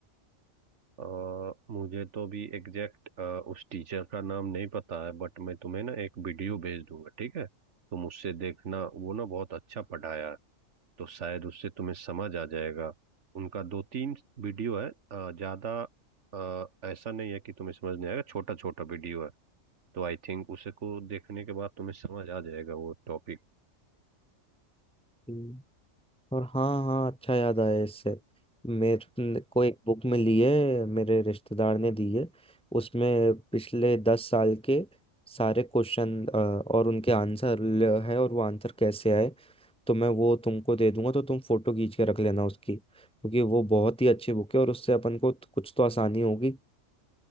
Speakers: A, on the right; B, in the centre.
A: और मुझे तो भी एग्जैक्ट उस टीचर का नाम नहीं पता है बट मैं तुम्हें ना एक वीडियो भेज दूंगा ठीक है तुम उससे देखना वो ना बहुत अच्छा पढ़ाया है तो शायद उससे तुम्हें समझ आ जाएगा उनका दो तीन वीडियो है अ, ज्यादा अ, ऐसा नहीं है कि तुम्हें समझ नहीं आएगा छोटा छोटा वीडियो है तो आई थिंक उसे को देखने के बाद तुम्हें समझ आ जाएगा वो टॉपिक
B: है और हाँ हाँ अच्छा याद आया इससे मेरे को एक बुक मिली है मेरे रिश्तेदार ने दी है उसमें पिछले दस साल के सारे क्वेश्चन और उनके आंसर है और वो आंसर कैसे आए तो मैं वो तुमको दे दूंगा तो तुम फोटो खींच के रख लेना उसकी क्योंकि वो बहुत ही अच्छी बुक है और उससे अपन को कुछ तो आसानी होगी